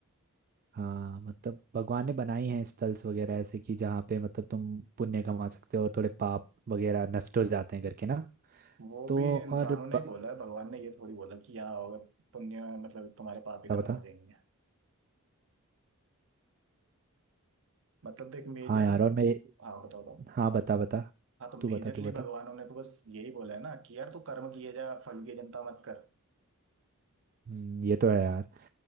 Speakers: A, on the right; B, on the right.
A: हाँ मतलब भगवान ने बनाई हैं स्थल्स वगैरह ऐसे कि जहाँ पे मतलब तुम पुण्य कमा सकते हो और थोड़े पाप वगैरह नष्ट हो जाते हैं करके ना
B: वो
A: तो
B: भी इंसानों
A: और ब-
B: ने
A: बता
B: ही बोला है भगवान ने ये थोड़ी बोला कि यहाँ आओगे पुण्य मतलब तुम्हारे पाप ही
A: बता
B: खत्म हो जाएंगे मतलब देख मेजर
A: हाँ यार और मैं
B: हाँ बताओ बताओ।
A: हाँ बता बता
B: हाँ तो मेजरली
A: तू बता तू बता
B: भगवानों ने तो बस यही बोला है ना कि यार तू कर्म किए जा फल की चिंता मत कर
A: हम्म, ये तो है यार